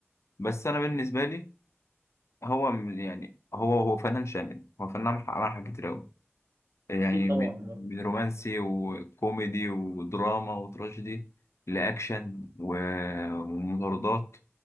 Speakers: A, on the left; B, on the right.
A: بس انا بالنسبه لي هو من- يعني هو هو فنان شامل هو فنان عمل عمل حاجات كتير قوي يعني
B: اكيد طبعا
A: من
B: آه.
A: من رومانسي وكوميدي ودراما وتراجيدي لاكشن و- ومطاردات